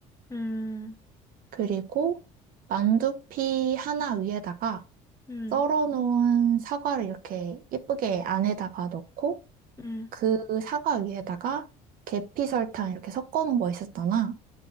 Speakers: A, on the left (about 20°); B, on the right (about 60°).
A: 음,
B: 그리고 만두피 하나 위에다가
A: 음,
B: 썰어놓은 사과를 이렇게 이쁘게 안에다가 넣고,
A: 음,
B: 그 사과 위에다가 계피 설탕 이렇게 섞어 놓은 거 있었잖아.